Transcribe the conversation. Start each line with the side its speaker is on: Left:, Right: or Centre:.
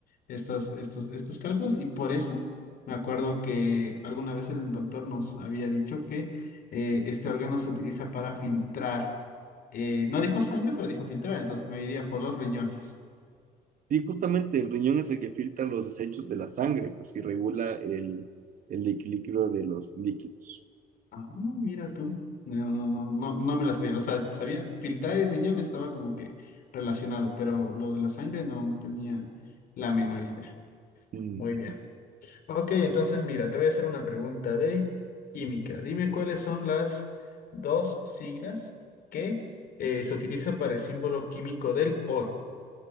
Left: estos, estos, estos cálculos. Y por eso me acuerdo que alguna vez el doctor nos había dicho que eh, este órgano se utiliza para filtrar. Eh, no dijo sangre, pero dijo filtrar, entonces me iría por los riñones.
Right: Sí, justamente el riñón es el que filtra los desechos de la sangre, pues y regula el, el equilibrio de los líquidos.
Left: Ah, mira tú. No, no, no, no, no me la sabía. O sea, sabía, filtrar el riñón estaba como que relacionado, pero lo de la sangre no, no tenía la menor idea.
Right: Ujú.
Left: Muy bien. Ok, entonces mira, te voy a hacer una pregunta de química. Dime cuáles son las dos siglas que eh, se utiliza para el símbolo químico del oro.